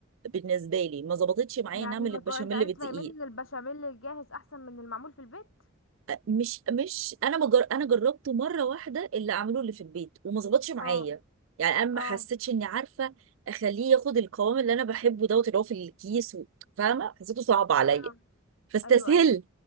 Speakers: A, on the right (about 65°); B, on the left (about 70°).
A: بالنسبه لي ما ظبطتش معايا
B: يعني
A: نعمل
B: المكرونه
A: البشاميل
B: انت عايز تفهمين
A: بدقيق
B: ان البشاميل الجاهز احسن من المعمول في البيت
A: مش مش انا مجر... انا جربته مره واحده اللي عملوه اللي في البيت وما ظبطش معايا
B: اه
A: يعني انا ما
B: اه
A: حسيتش اني عارفه اخليه ياخد القوام اللي انا بحبه دوت اللي هو في الكيس و... فاهمه حسيته صعب عليا
B: اه
A: فاستسهلت
B: ايوه ايوه